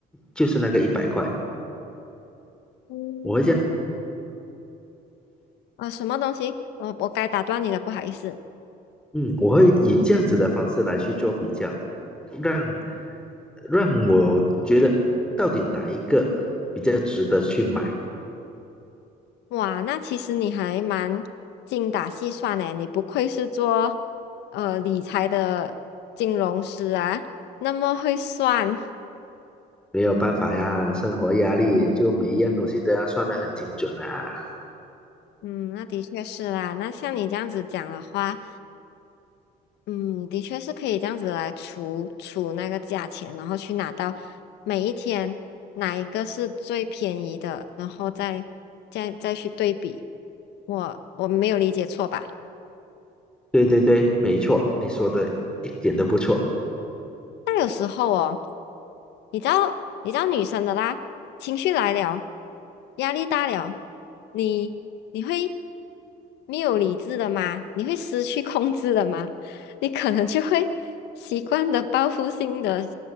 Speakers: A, in the centre; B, on the left (about 85°).
A: 就是那个一百块。
B: 嗯，
A: 我会这样。
B: 呃，什么东西？呃，我该打断你了，不好意思。
A: 嗯，我会以这样子的方式来去做比较，让让我觉得到底哪一个比较值得去买。
B: 哇，那其实你还蛮精打细算呢，你不愧是做呃理财的金融师啊，那么会算。
A: 没有办法呀，生活压力就每一样东西都要算的很精准啊。
B: 嗯，那的确是啦。那像你这样子讲的话，嗯，的确是可以这样子来除除那个价钱，然后去拿到每一天哪一个是最便宜的，然后再再再去对比。我我没有理解错吧？
A: 对对对，没错，你说的一点都不错。
B: 但有时候哦。你知道，你知道女生的啦，情绪来了，压力大了，你你会没有理智的吗？你会失去控制的吗？你可能就会习惯的报复性的